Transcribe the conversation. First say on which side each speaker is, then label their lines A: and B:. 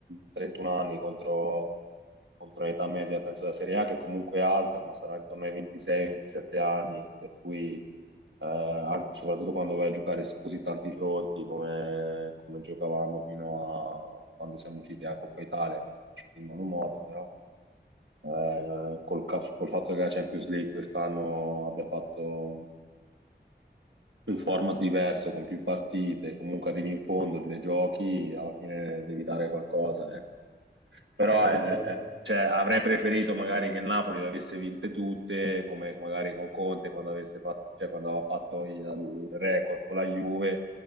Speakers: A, on the right; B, on the right.
A: 31 anni contro, contro l'età media, penso della Serie A che comunque è alta, ma sarà intorno ai 26-27 anni, per cui eh, anche- soprattutto quando vai a giocare su così tanti fronti come, come giocavamo fino a quando siamo usciti a Coppa Italia, che siamo usciti in malo modo, però eh, col, ca- col fatto che la Champions League quest'anno abbia fatto un, un format diverso, con più partite, comunque arrivi in fondo, le giochi, alla fine devi dare qualcosa, eh però
B: no, no,
A: è-
B: certo,
A: è- cioè, avrei preferito magari che il Napoli le avesse vinte tutte, come come magari con Conte quando, avesse fatto, cioè, quando aveva fatto il, il record con la Juve,